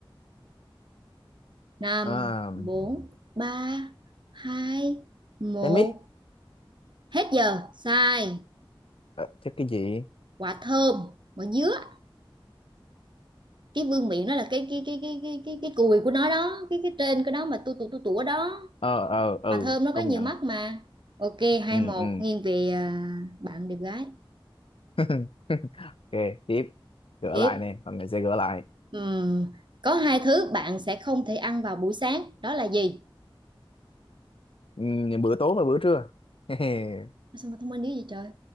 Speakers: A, on the right; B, on the left.
A: năm
B: à,
A: bốn ba hai một
B: cái mít
A: hết giờ sai
B: Ờ, chắc cái gì
A: quả thơm quả dứa cái vương miện nó là cái cái cái cái cái cái cái cùi của nó đó cái cái trên cái đó mà tu tu tu tủa đó
B: ờ ờ ừ
A: mà thơm nó có
B: công
A: nhiều
B: nhận
A: mắt mà ok hai
B: ừ
A: một
B: ừ
A: nghiêng về à, bạn đẹp gái
B: <laughs> ok tiếp gỡ
A: tiếp
B: lại nè phần này sẽ gỡ lại
A: Ừm, có hai thứ bạn sẽ không thể ăn vào buổi sáng đó là gì
B: ừ, bữa tối và bữa trưa <laughs>
A: sao mà thông minh dữ gì trời